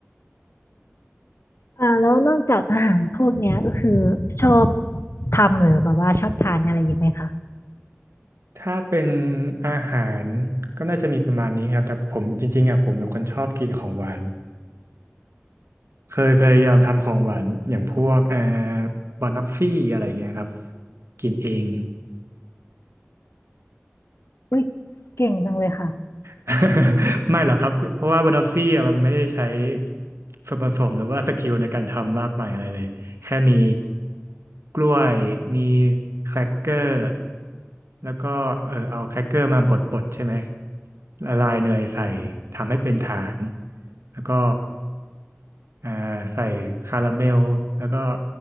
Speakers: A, on the left; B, on the right.
A: อ่าแล้วนอกจากอาหารพวกเนี้ยก็คือชอบทำหรือแบบว่าชอบทานอะไรอีงไหมคะ
B: ถ้าเป็นอาหารก็น่าจะมีประมาณนี้ครับแต่ผมจริงๆอ่ะผมเป็นคนชอบกินของหวานเคยพยายามทำของหวานอย่างพวกเอ่อบานฟฟี่อะไรเงี้ยครับกินเอง
A: อุ้ยเก่งจังเลยค่ะ
B: <laughs> ไม่หรอกครับ เพราะว่าบัตเตอร์ฟี่อะมันไม่ได้ใช้ส่วนผสมหรือว่าสกิลในการทำมากมายอะไรเลย แค่มีกล้วย มีแครกเกอร์แล้วก็เออเอาแครกเกอร์มาบดๆใช่ไหมละลายเนยใส่ทำให้เป็นฐาน แล้วก็อ่าใส่คาราเมลแล้วก็